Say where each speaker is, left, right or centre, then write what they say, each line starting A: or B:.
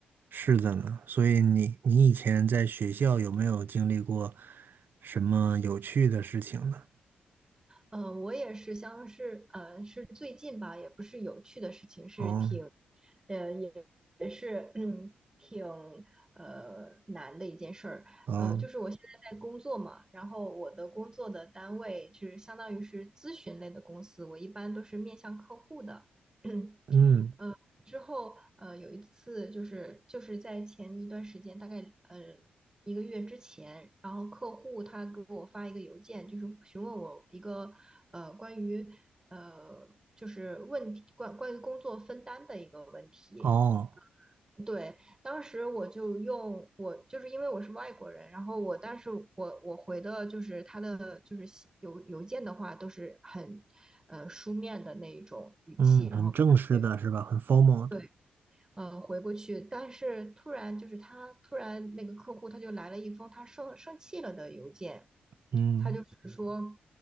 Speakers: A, on the right (about 60°); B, on the right (about 20°).
A: 是的呢，所以你你以前在学校有没有经历过什么有趣的事情呢？
B: 嗯，呃我也是，像是呃，是最近吧，也不是有趣的事情，是挺，
A: 哦
B: 呃，也也是嗯 <clears throat> 挺呃难的一件事儿。
A: 哦，
B: 呃，就是我现在在工作嘛，然后我的工作的单位就是相当于是咨询类的公司，我一般都是面向客户的。<clears throat>
A: 嗯
B: 之后，呃，有一次就是就是在前一段时间，大概呃一个月之前，然后客户他给我发一个邮件，就是询问我一个呃关于呃就是问题关关于工作分担的一个问题。
A: 哦。
B: 对，当时我就用我就是因为我是外国人，然后我但是我我回的就是他的就是信邮邮件的话都是很呃书面的那一种语气，
A: 嗯，
B: 然后给他回。
A: 很正式的是吧？很 formal
B: 对。
A: 的，
B: 呃，回过去，但是突然就是他突然那个客户他就来了一封他生生气了的邮件，
A: 嗯，
B: 他就是说，